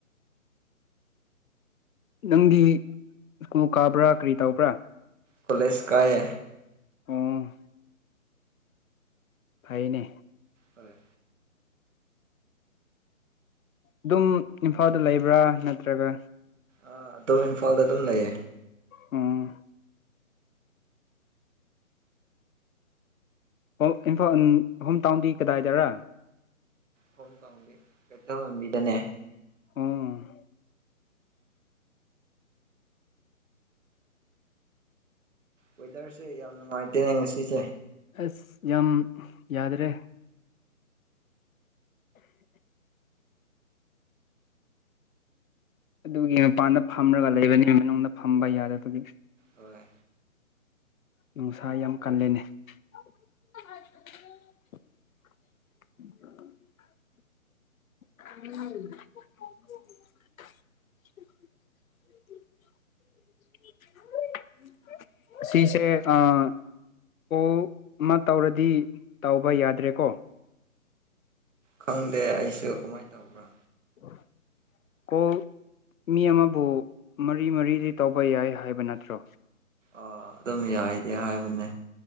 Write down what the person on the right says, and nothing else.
ꯀꯣꯂꯦꯖ ꯀꯥꯏꯌꯦ
ꯍꯣꯏ
ꯑꯥ ꯑꯗꯨꯝ ꯏꯟꯐꯥꯜꯗ ꯑꯗꯨꯝ ꯂꯩꯌꯦ
ꯍꯣꯝ ꯇꯥꯎꯟꯗꯤ ꯀꯩꯊꯦꯜ ꯃꯟꯕꯤꯗꯅꯦ꯫
ꯋꯦꯗꯔꯁꯦ ꯌꯥꯝ ꯅꯨꯉꯥꯏꯇꯦꯅꯦ ꯉꯁꯤꯁꯦ
ꯍꯣꯏ
ꯈꯪꯗꯦ ꯑꯩꯁꯨ ꯀꯃꯥꯏ ꯇꯧꯕ꯭ꯔꯥ
ꯑꯥ ꯑꯗꯨꯝ ꯌꯥꯏꯗꯤ ꯍꯥꯏꯕꯅꯦ꯫